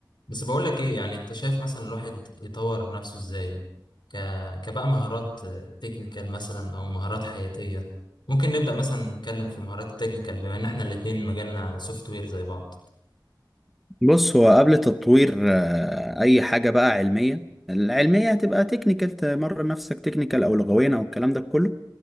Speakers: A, on the left; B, in the centre.
A: بس بقول لك ايه يعني انت شايف مثلا الواحد يطور نفسه ازاي ك... كبقى مهارات تكنيكال مثلا او مهارات حياتية ممكن نبدأ مثلا نتكلم في المهارات التكنيكال بما ان احنا الاتنين مجالنا سوفت وير زي بعض
B: بص هو قبل تطوير آه، اي حاجه بقى علميه العلميه هتبقى تكنيكال تمرن نفسك تكنيكال او لغويا او الكلام ده كله